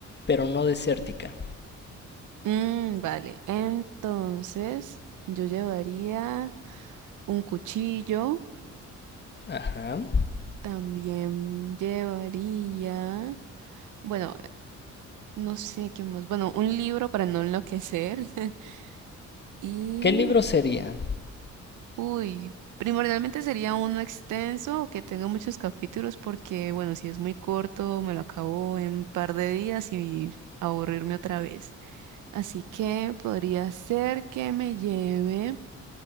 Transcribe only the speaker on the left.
pero no desértica.
Ajá.
¿Qué libro sería?